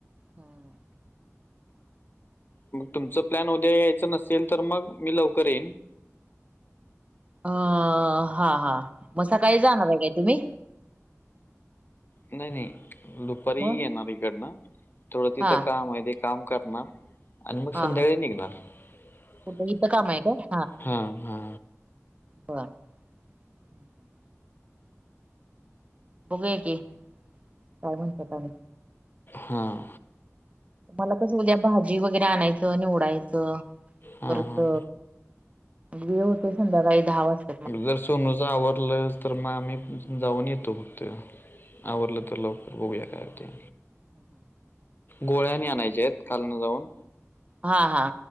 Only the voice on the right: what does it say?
हम्.
अ हा हा म सकाळी जाणार हाय काय तुम्ही?
मग
हा
हा
हा
कुठे
इथं काम आहे काय
हा. हम ह. बघूया की <inaudible> काय म्हणता काय नू.
मला कसं उद्या भाजी वगैरे आणायचं, निवडायचं
परत.
वेळ होते संध्याकाळी दहा वाजता.
हम हा.
हा हा